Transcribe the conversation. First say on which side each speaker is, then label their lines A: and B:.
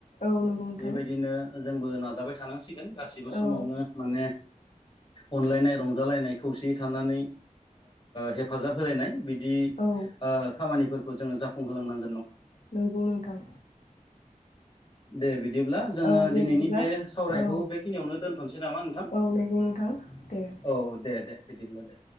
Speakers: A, on the left; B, on the left.
A: औ नंगौ नोंथां
B: बेबायदिनो जोंबो नाजाबाय थानांसिगोन गासिबो समावनो
A: औ
B: माने अनलायनाय रंजालायनाय खौसेयै थानानै हेफाजाब होलायनाय बिदि
A: औ
B: खामानिफोरखौ जोङो जाफुंहोलांनांगौ
A: नंगौ नोंथां
B: दे बिदि बिदिब्ला जोङो
A: औ दे
B: दिनैनि
A: बिदिब्ला
B: बे सावरायखौ
A: औ
B: बेखिनियावनो दोनथ'सै नामा नोंथां
A: औ नंगौ नोंथां दे
B: औ दे दे बिदिब्ला दे